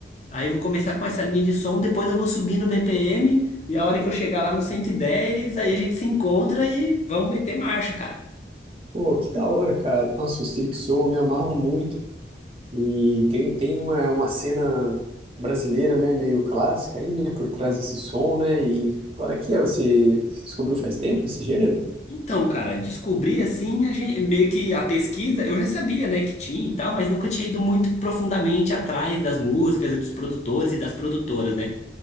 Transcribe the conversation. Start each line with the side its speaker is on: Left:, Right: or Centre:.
Left: Aí eu vou começar com essa linha de som, depois eu vou subindo o BPM e a hora que eu chegar lá no 110, aí a gente se encontra e vamos meter marcha, cara.
Right: pô, que da hora, cara. Nossa, o Street Soul eu me amarro muito. E tem, tem uma, uma cena brasileira, né? Meio clássica aí, né? Por trás desse som, né? E qual é que é? você descobriu faz tempo esse gênero?
Left: Então, cara, descobri assim, a gente, meio que a pesquisa, eu já sabia, né, que tinha e tal, mas nunca tinha ido muito profundamente atrás das músicas e dos produtores e das produtoras, né?